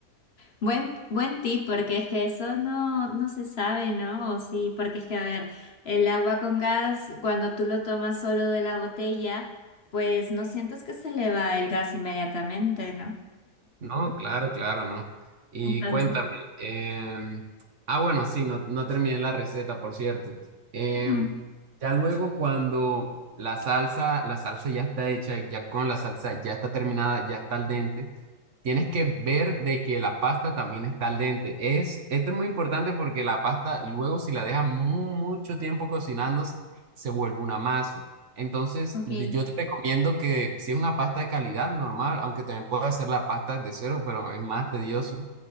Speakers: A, on the left; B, on the right.
A: Buen, buen tip, porque es que eso no, no se sabe, ¿no? O sí, porque es que, a ver, el agua con gas, cuando tú lo tomas solo de la botella, pues no sientes que se le va el gas inmediatamente, ¿no?
B: No, claro, claro, no. Y
A: Entonces,
B: cuéntame, em, ah, bueno, sí, no, no terminé la receta, por cierto. Em,
A: ujú,
B: ya luego cuando la salsa, la salsa ya está hecha, ya con la salsa ya está terminada, ya está al dente. Tienes que ver de que la pasta también está al dente. Es, esto es muy importante porque la pasta luego si la dejas mu- mucho tiempo cocinando se se vuelve una masa. Entonces
A: ok,
B: de- yo te recomiendo que si es una pasta de calidad normal, aunque también puedes hacer la pasta de cero, pero es más tedioso,